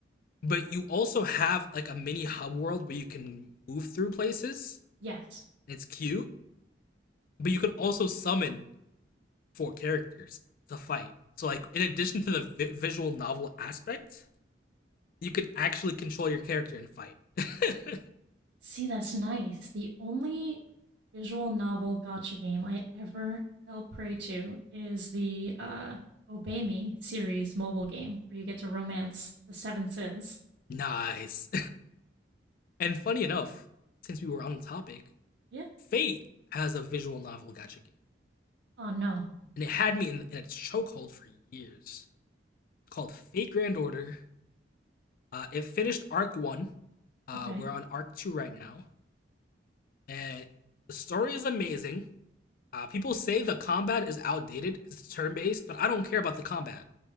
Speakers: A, on the left; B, on the right.
A: but you also have like a mini hub world where you can move through places.
B: Yes.
A: It's cute, but you can also summon four characters to fight. So like in addition to the vi- visual novel aspect, you can actually control your character and fight. <laughs>
B: See, that's nice. The only visual novel gotcha game I ever fell prey to is the uh, Obey Me series mobile game where you get to romance the seven sins.
A: nice. And funny enough, since we were on the topic,
B: Yeah.
A: Fate has a visual novel gacha game,
B: Oh, no.
A: and it had me in, in its chokehold for years. Called Fate Grand Order. Uh, it finished arc one. Uh,
B: Okay.
A: we're on arc two right now, and the story is amazing. Uh, people say the combat is outdated because it's turn based, but I don't care about the combat.